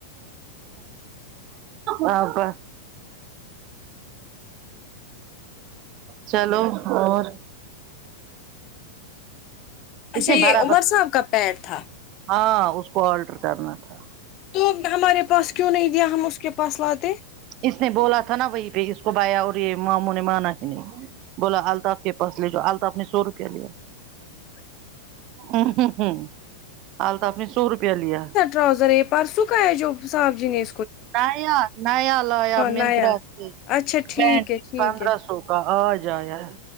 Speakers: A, on the right; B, on the left.
A: ہاں با چلو اور اس
B: اچھا
A: نے
B: یہ
A: برابر
B: عمر صاحب کا پیر تھا
A: ہاں اس کو آلٹر کرنا تھا
B: تو ہمارے پاس کیوں نہیں دیا ہم اس کے پاس لاتے
A: اس نے بولا تھا نا وہی پہ اس کو بھایا اور یہ ماموں نے مانا ہی نہیں بولا الطاف کے پاس لے جاؤ الطاف نے سو روپیہ دیا ہ ه ہہم الطاف نے سو روپیہ لیا
B: راؤزر کے پاس سو کا ہے جو صاحب جینے
A: نیا نیا لایا منترا
B: نیا
A: سے
B: اچھا ٹھیک
A: پینٹ
B: ہے ٹھیک
A: پندرہ
B: ہے
A: سو کا آ ج آیا ہے